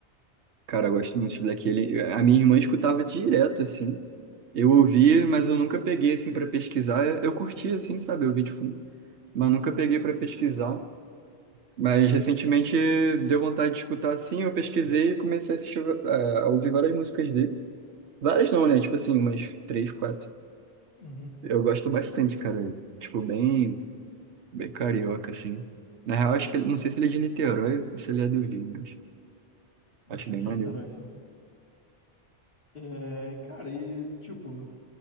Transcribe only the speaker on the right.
Cara, eu gosto muito de Black Alien. Eu- A minha irmã escutava direto, assim. Eu ouvia, mas eu nunca peguei, assim, pra pesquisar. Eu curti, assim, sabe? Eu ouvi de fundo. Mas
nunca peguei pra pesquisar. Mas recentemente deu vontade de escutar, assim. Eu pesquisei e comecei a assistir, eh, a ouvir várias músicas dele. Várias não, né? Tipo assim, umas três, quatro.
Eu gosto bastante, cara. Tipo, bem, bem carioca, assim. Na real, acho que ele, não sei se ele é de Niterói ou se ele é do Rio, mas acho
bem
maneiro.